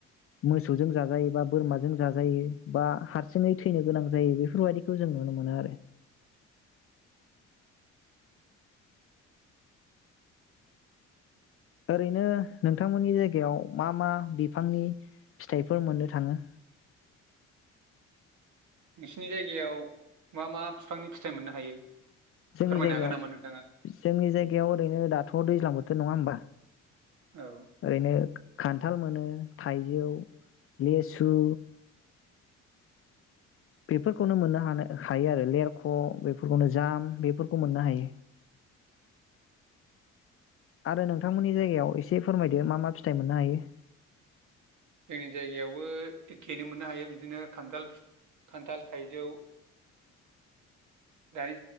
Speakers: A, on the left (about 45°); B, on the right (about 75°).
A: मोसौजों जाजायो बा बोरमाजों जाजायो बा हारसिङै थैनो गोनां जायो बेफोरबायदिखौ जों नु नुनो मोनो आरो। ओरैनो नोंथांमोननि जायगायाव मा मा बिफांनि फिथाइफोर मोननो थाङो।
B: नोंसिनि जायगायाव मा मा बिफांनि फिथायाइ मोननो हायो।
A: जोंनि
B: फोरमायनो
A: जायगायाव
B: हागोन नामा नोंथाङा
A: जोंनि जायगायाव ओरैनो दाथ' दैज्लां बोथो बे नङा होमबा।
B: औ
A: ओरैनो खान्थाल मोनो थाइजौ लेसु। बेफोरखौनो मोननो हानो हायो आरो लेरख' बेफोरखौनो जाम बेफोरखौ मोननो हायो आरो नोंथांमोननि जायगायाव एसे फोरमायदो मा मा फिथाइ मोननो हायो।
B: जोंनि जायगायावबो एखेैनो मोननो हायो बिदिनो खान्थाल खान्थाल थाइजौ दानि